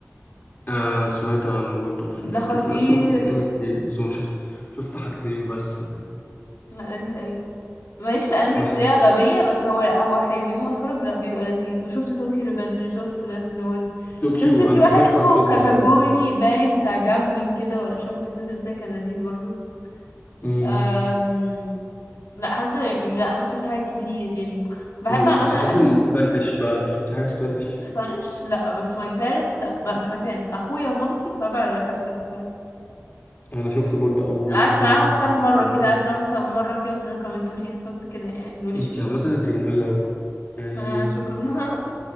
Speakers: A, on the left; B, on the left.
A: آه سمعت عنه برضه بس ما
B: ده
A: شفتوش
B: خطير
A: انا اصلا ما شفتش انمي كتير بس ما شفت شفت حاجتين بس
B: لا لذيذ قوي ماليش في الانمي
A: بس
B: بطريقه غبيه بس هو هو حلو يوم ما اتفرج لا بيبقى لذيذ وشفت طوكيو ريفنج شفت داث نوت
A: طوكيو
B: شفت في
A: انا
B: واحد
A: سمعت
B: اسمه
A: عن طوكيو
B: كاكاجوري
A: ده قبل كده.
B: باين بتاع جامبلينج كده ولا مش عارفه بيتنزل ازاي كان لذيذ برضو
A: امم
B: أم... لا حاسه يعني لا حاسه شفت حاجات كتير يعني بحب
A: طب المسلسلات
B: عامه اشوف
A: الاسبانيش بقى شفت حاجه اسبانيش
B: سبانش لا بس ماي بيرنتس لا, لا مش ماي بيرنتس اخويا ومامتي اتفرجوا على لا كاسا دي بابيل
A: انا شفت برضه اول
B: قعدت
A: اتنين
B: معاهم
A: سيزون
B: كام
A: كده
B: مره
A: كده.
B: كده قعدت معاهم كام مره كده بس ما كملتوش يعني فهمت كده يعني الوش
A: انت
B: كده
A: عامه انت ممله قوي يعني
B: آه شكرا <laughs>